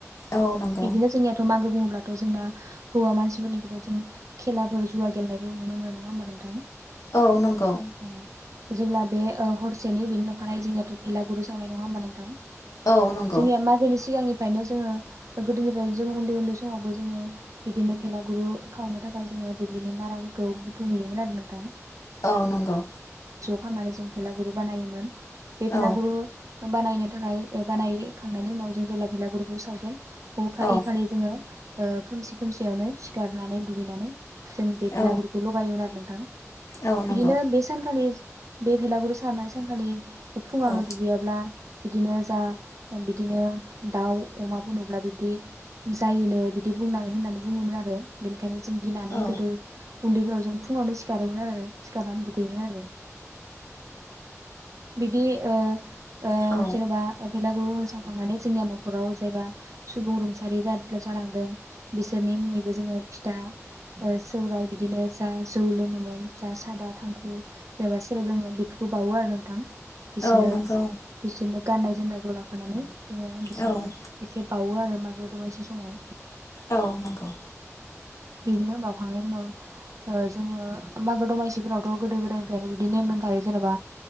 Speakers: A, on the left; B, on the right.
A: औ नंगौ
B: बिदिनो जोंनियाथ' मागो बुंङो ब्लाथ' जोंना हौवा मान <unintelligible> खेलाफोर जुव गेलेनायखौ नुनो मोन नङा होमबा नोंथां?
A: औ नंगौ
B: अ जेब्ला बे ओ हरसेनि बेनि न'खानायै जोंनियाथ' भेलागुरु सावनाय नङा होमबा नोंथां
A: औ नंगौ
B: जोंनिया मागोनि सिगांनि फ्रायनो जोङो गोदोनिफ्राय जों उन्दै उन्दै समावबो जोङो बिदिनो भेला गुरु खावनो थाखाय जोङो दुब्लिनि नाराफोरखौ बुथुमहैयोमोन आरो नोंथां
A: औ नंगौ
B: हाना जों भेला गुरु बानायोमोन। बे
A: औ
B: भेलागुरु बानायनो थाखाय ए बानायखांनायनि उनाव जों जेब्ला बेलागुरुखौ सावगोन। अखा
A: औ
B: इ खालि जोङो ओ खोमसि खोमसियावनो सिखारनानै दुगैनानै जों बे
A: औ
B: भेलागुरखौ लगायोमोन आरो नों <unintelligible> बिदिनो
A: औ नंगौ
B: बे सानखालि बे भलागुरु सावनाय सानाय सानखालि फुङावनो
A: औ
B: दुगैयाब्ला बिदिनो जा बिदिनो दाउ अमाफोर नुब्ला बिबदि जायोनो बिदि बुंनानै होननानै बुङोमोन आरो बेनि खायनो जों गिनानै
A: औ
B: गोदो उन्दैफोराव जों फुङावनो सिखारोमोन आरो सिखारनानै दुगैयोमोन आरो। बिदि ओ ओ
A: औ
B: जेनेबा भैलागुरु सावखांनानै जोंनिया न'खराव जायबा सुबुं रुंसारि जालांदों बिसोरनि मुङैबो जोङो फिथा सौरायाइ बिदिनो जा जौ लोङोमोन जा सादा थांखु एबा सेरेब लोङोमोन बेफोरखौ बावो आरो थां। बिसोरनो
A: औ नंगौ
B: बिसोरनो गाननाय जोमनायखौ लाफानानै जोङो बिसोरनो
A: औ
B: एसे बावो आरो। मागो दमासि समाव
A: औ नंगौ।
B: बिदिनो बावखांनायनि उनाव ओ जोङो मागो दमासिफोरावथ' गोदो गोदायनिफ्रायनो बिदि नेम दोंखायो जेनेबा